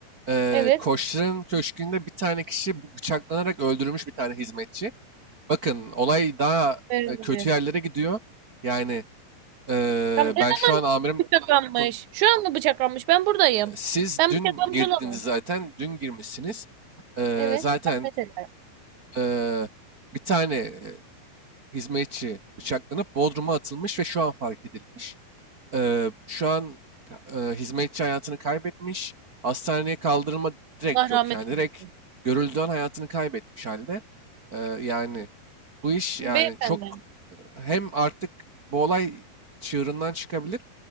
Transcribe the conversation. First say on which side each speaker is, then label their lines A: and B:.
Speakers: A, on the right; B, on the right.
A: Ee,
B: evet,
A: Koçların köşkünde bir tane kişi bu- bıçaklanarak öldürülmüş bir tane hizmetçi. Bakın olay daha
B: evet.
A: e, kötü yerlere gidiyor. Yani e,
B: Tam ne
A: ben şu
B: zaman
A: an amirim
B: bıçaklanmış?
A: kon-
B: Şu an mı bıçaklanmış? Ben buradayım.
A: e, siz
B: Ben
A: dün
B: bıçaklanmış
A: girdiniz
B: olamam.
A: zaten dün girmişsiniz. Ee,
B: Evet.
A: zaten
B: Ben mesela. ederim.
A: e, bir tane e, hizmetçi bıçaklanıp Bodrum'a atılmış ve şu an fark edilmiş. Eee, şu an ka- hizmetçi hayatını kaybetmiş. Hastaneye kaldırma direkt
B: Allah
A: yok
B: rahmet
A: yani. Direkt
B: eylesin.
A: görüldüğü an hayatını kaybetmiş halde. Eee, yani bu iş
B: Şimdi
A: yani
B: beyefendi.
A: çok e, hem artık bu olay çığırından çıkabilir